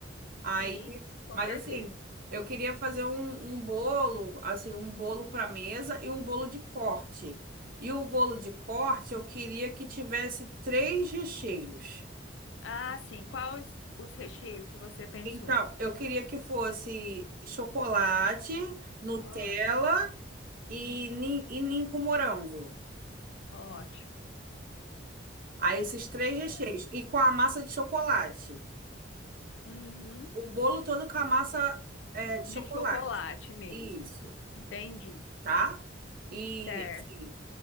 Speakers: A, on the right; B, on the left.
A: Aí,
B: Sim, com
A: mas
B: certeza.
A: assim, eu queria fazer um, um bolo, assim, um bolo para mesa e um bolo de corte. E o bolo de corte, eu queria que tivesse três recheios.
B: Ah, sim. Quais os recheios que você pensou?
A: Então, eu queria que fosse chocolate, Nutella
B: Ah,
A: e,
B: hum,
A: nin- e ninho com morango.
B: ótimo.
A: Aí, esses três
B: É.
A: recheios. E com a massa de chocolate.
B: Uhum.
A: O bolo todo com a massa, é, de
B: De
A: chocolate.
B: chocolate mesmo.
A: Isso,
B: Entendi.
A: tá? E
B: Certo.
A: assim,